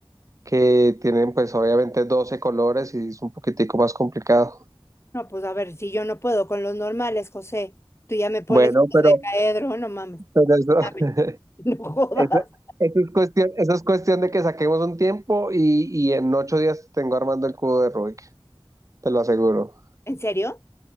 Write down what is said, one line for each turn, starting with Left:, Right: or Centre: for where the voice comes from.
Right: que tienen pues obviamente 12 colores y es un poquitico más complicado.
Left: No, pues a ver, si yo no puedo con los normales, José, tú ya me pones
Right: Bueno, pero,
Left: de caedro, no mames.
Right: pero eso,
Left: Dame.
Right: <laughs>
Left: <laughs> No jodas.
Right: eso, eso es cuestión, eso es cuestión de que saquemos un tiempo y, y en ocho días tengo armando el cubo de Rubik, te lo aseguro.
Left: ¿En serio?